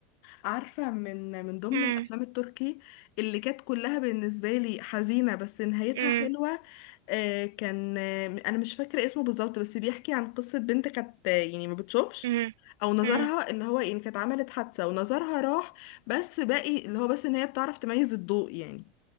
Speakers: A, on the left (about 50°); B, on the right (about 80°).
A: عارفة من من ضمن
B: امم
A: الأفلام التركي اللي كانت كلها بالنسبة لي حزينة بس نهايتها
B: امم
A: حلوة آه، كان آه، أنا مش فاكرة اسمه بالظبط بس بيحكي عن قصة بنت كانت آه، يعني ما بتشوفش
B: امم
A: أو نظرها
B: امم
A: اللي هو يعني كانت عملت حادثة ونظرها راح بس باقي اللي هو بس إن هي بتعرف تميز الضوء يعني